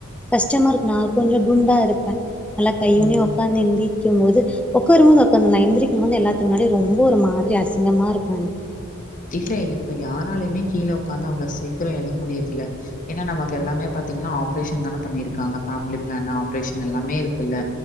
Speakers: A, in the centre; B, on the left.
A: கஷ்டமாருக்கு நா கொஞ்ச குண்டா இருப்ப நல்லா கையுனி
B: ம்.
A: ஒக்காந்து எந்தி க்கும் போது உக்காரும்போது உக்காந்துல எந்திரிக்கும் போது எல்லாத்து முன்னாடி ரொம்ப ஒரு மாதிரி அசிங் ங்கம்மா இருக்கு எனக்கு
B: இல்ல இப்ப யாராலுமே கீழ உக்காந்து அவ்ளோ சீக்கிர எழ முடியிரதில்ல ஏன்னா நமக்கு எல்லாமே பத் திங்கன்னா ஆப்ரேஷன் தான பண்ணியிருக்கா ஃபேமிலிபிளான் ஆப்ரேசன் எல்லாமே இருக்குல்ல